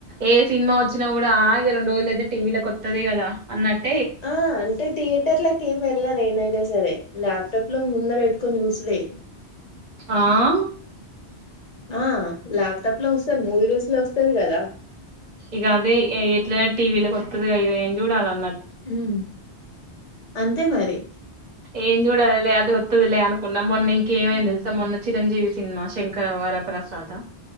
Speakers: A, on the right; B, on the left.
A: ఏ సినిమా వచ్చినా కూడా ఆగే రెండు రోజులు అయితే టీవీల కోత్తది కదా. అన్నట్
B: ఆ అంటే థియేటర్లకి ఏం వెళ్ళను నేనైనా సరే. ల్యాప్టాప్ లో ముందర పెట్టుకొని చూస్డే.
A: ఆహ్
B: ఆ ల్యాప్టాప్ లో వస్తది. మూవీరుల్జ్ లో వస్తది కదా.
A: ఇగ అదే ఏ ఎట్లయినా టీవీల వస్తదిగా ఇగ ఎం చూడాల?
B: ఉమ్మ్ అంతే మరి
A: ఏం చూడాలలే అదే ఒత్తదిలే అనుకున్నం. మొన్న ఇంకేమైంది
B: ఉమ్,
A: తెల్స. మొన్న చిరంజీవి సినిమా శంకర వరప్రసాద్